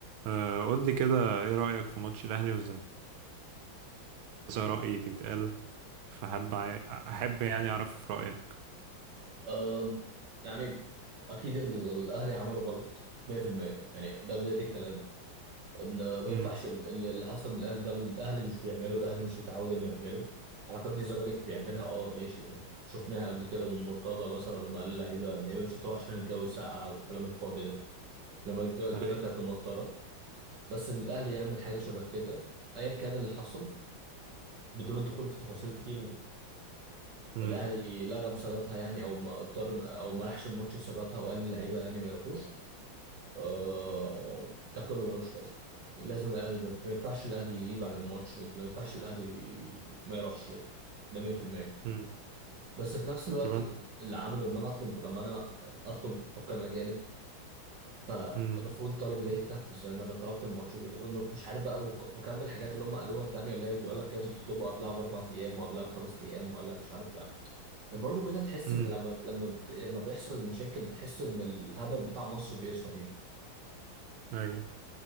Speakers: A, on the right (about 80°); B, on the right (about 60°).
A: آه، قول لي كده ايه رأيك في ماتش الاهلي والزمالك زي رأيي بيتقال فحب أع- احب يعني اعرف رأيك
B: أم، يعني اكيد الاهلي عملوا غلط 100% يعني ده بدايه الكلام ان ما
A: امم
B: ينفعش ال- ال- اللي حصل من الاهلي ده الاهلي مش بيعمله الاهلي مش متعود انه يعمله الحركات دي الزمالك بيعملها اه ماشي شفناها قبل كده من مرتضى مثلا لما قال اللعيبه اللعيبه مش هتروح عشان الجو ساقع والكلام الفاضي ده لما الجو- الدنيا
A: اي
B: كانت مطره بس ان الاهلي يعمل حاجه شبه كده ايا كان اللي حصل بدون الدخول في تفاصيل كتير
A: امم
B: الاهلي لغى بسببها يعني او ما اضطر او ما راحش الماتش بسببها وقال للعيبه يعني ما يروحوش آه، ده كله ملوش لازمه لازم الاهلي ما ما ينفعش الاهلي يغيب عن الماتش ما ينفعش الاهلي ما يروحش يعني ده 100%
A: امم
B: بس في نفس الوقت
A: طبعا
B: اللي اللي عمله لما انا اطلب لما انا اطلب حكام اجانب فالمفروض
A: امم
B: طلبي ده يتنفذ لان انا طلبت الماتش وط- ومش عارف بقى وك- وكمل الحاجات اللي هم قالوها التانيه اللي هي بيقول لك لازم تطلبه قبلها باربع ايام وقبلها بخمس ايام وقبلها مش عارف برضه كده تحس
A: امم
B: ان لما لما بت- لما بيحصل المشاكل بتحس ان الهبل بتاع مصر بيظهر يعني
A: اي